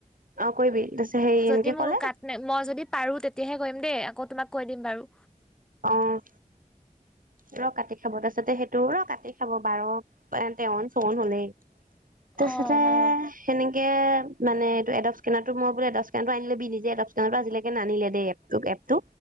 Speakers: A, on the right; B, in the centre.
A: অ কৰিবি তাৰপিছত হেৰি
B: যদি
A: এনেকে
B: মোৰ
A: ক'লে
B: কাট নে মই যদি পাৰোঁ তেতিয়াহে কৰিম দেই আকৌ তোমাক কৈ দিম বাৰু।
A: অ'। ৰ কাটে খাব তাৰ পিছতে সেই তো ৰ কাটে খাব বাৰ তেৱন চৌৱন হ'লেই। তাৰপিছতে
B: অ অ
A: সেনে কে মানে এডব স্কেনাৰ টো মই বোলে আনি লবি নিজে এডব স্কেনাৰ টো আজিলৈকে নানিলেই দেই এপ টোক- এপ টো।